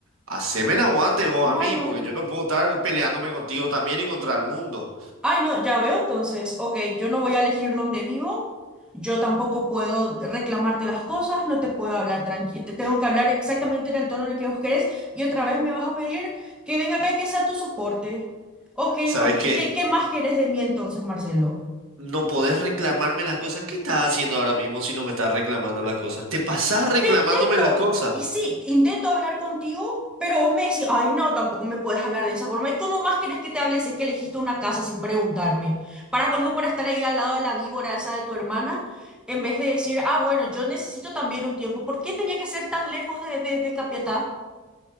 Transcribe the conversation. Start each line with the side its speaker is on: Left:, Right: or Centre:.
Right: Haceme el aguante vos
Centre: bueno.
Right: a mí, porque yo no puedo estar peleándome contigo también y contra el mundo.
Centre: Ay, no, ya veo, entonces, ok, yo no voy a elegir dónde vivo, yo tampoco puedo reclamarte las cosas, no te puedo hablar tranquilo, te tengo que hablar exactamente en el tono en el que vos querés y otra vez me vas a pedir que venga acá y que sea tu soporte. Ok,
Right: Sabes
Centre: ma- ¿qué,
Right: que
Centre: qué- qué más querés de mí entonces, Marcelo?
Right: no podés reclamarme las cosas. ¿Qué estás haciendo ahora mismo si no me estás reclamando las cosas? Te pasás reclamándome
Centre: Te intento,
Right: las cosas.
Centre: y sí, intento hablar contigo, pero vos me decís, ay no, tampoco me puedes hablar de esa forma. ¿Y cómo más querés que te hable si es que elegiste una casa sin preguntarme? Para colmo, para estar ahí al lado de la víbora esa de tu hermana, en vez de decir, ah, bueno, yo necesito también un tiempo. ¿Por qué tenía que ser tan lejos de, de, de Capiatá?